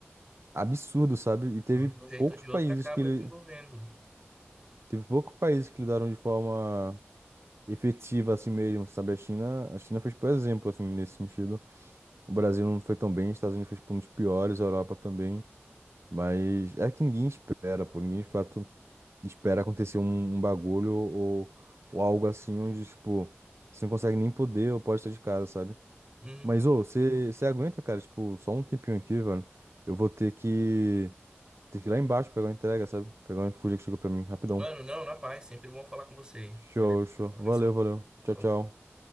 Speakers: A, on the right; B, on the right.
A: absurdo, sabe? E teve
B: Então, de um jeito
A: poucos
B: ou de
A: países
B: outro, acaba
A: que ele,
B: desenvolvendo.
A: teve poucos países que lidaram de forma efetiva assim mesmo, sabe? A China, a China fez por exemplo, assim, nesse sentido. O Brasil não foi tão bem, os Estados Unidos foi tipo, um dos piores, a Europa também. Mas é que ninguém espera, pô. Ninguém fala. espera acontecer um, um bagulho ou, ou algo assim onde, tipo, você não consegue nem poder ou pode estar de casa, sabe?
B: Uhum.
A: Mas, ô, você você aguenta, cara, tipo, só um tempinho aqui, velho. Eu vou ter que, ter que ir lá embaixo pegar uma entrega, sabe? Pegar um iFood que chegou pra mim, rapidão.
B: Mano, não, na paz. Sempre bom falar com você.
A: Show,
B: Valeu.
A: show.
B: Um abração.
A: Valeu, valeu. Tchau,
B: Falou.
A: tchau.